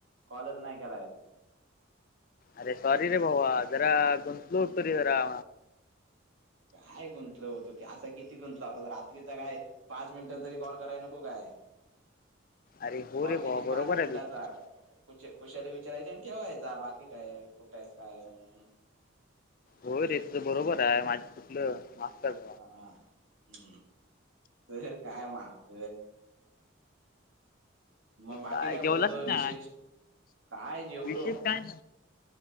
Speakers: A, on the right; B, on the left.
A: कॉलच नाही केलाय
B: अरे सॉारी रे भाऊ अ जरा गुंतलू
A: हम्म.
B: उटतो र जरा
A: काय गुंतल होतो की असा किती गुंतला होता रात्रीचा काय पाच मिनिटात तरी कॉल कराय नको काय
B: अरे हो
A: कॉल
B: रे भावा
A: कती
B: बरोबर
A: पाच
B: आहे
A: मिनिटाचा
B: तुझं
A: अ-अ कुच कुशाली विचारायची आणि ठेवायचा बाकी काय आहे कुठं आहेस कायस म्हणून.
B: होय रे तुझं बरोबर आहे माझ कुठलं माफक
A: हा हा हम् तर काय माक मग बाकी
B: काय जेवलाची
A: बोलतो
B: ना
A: विशेष काय जेवलो
B: विशेष काय